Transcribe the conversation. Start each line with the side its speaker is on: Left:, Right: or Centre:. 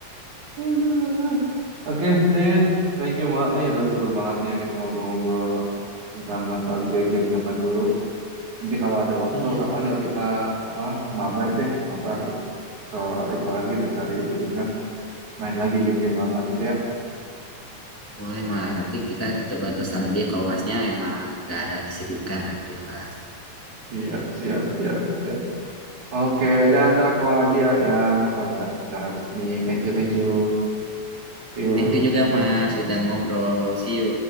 Right: Aduh. Oke,
Centre: Hmm,
Right: Dayan. Thank you banget nih. Aduh, seru banget nih ya kita ngobrol-ngobrol tentang nostalgia game zaman dulu. Nanti kalau ada waktu,
Centre: iya
Right: kapan
Centre: mah
Right: yuk kita apa mabar deh. Mabar ke itu lagi, kita cari game net. Main lagi game-game lama gitu ya.
Centre: boleh mah nanti kita coba lagi ya. kalau masnya emang gak ada kesibukan nanti mas
Right: Siap, siap, siap, siap. Oke, dan ntar aku lagi ya. Ya, aku ada acara bisnis. Thank you, thank you. See you.
Centre: thank you juga mas sudah ngobrol see you